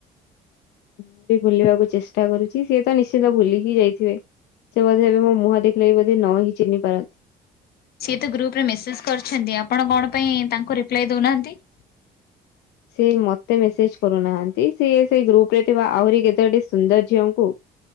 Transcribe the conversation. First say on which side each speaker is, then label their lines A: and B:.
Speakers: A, on the left; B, on the left.
A: ମୁଁ ବି ଭୁଲିବାକୁ ଚେଷ୍ଟା କରୁଛି। ସିଏ ତ ନିଶ୍ଚିିତ ଭୁଲିକି ଯାଇଥିବେ। ସେ ବୋଧେ ଏବେ ମୋ ମୁହଁ ଦେଖିଲେ ବଧେ ନହିିଁ ଚିହ୍ନି ପାରନ୍ତି।
B: ସିଏ ତ ଗ୍ରୁପ ରେ ମେସେଜ କରିଛନ୍ତି, ଆପଣ କଣ ପାଇଁ ତାଙ୍କୁ ରିପ୍ଲାଏ ଦଉନାହାନ୍ତି?
A: ସିଏ ମତେ ମେସେଜ କରୁନାହାନ୍ତି। ସିଏ ସେଇ ଗ୍ରୁପ ରେ ଥିବା ଆହୁରି କେତୋଟି ସୁନ୍ଦର ଝିଅଙ୍କୁ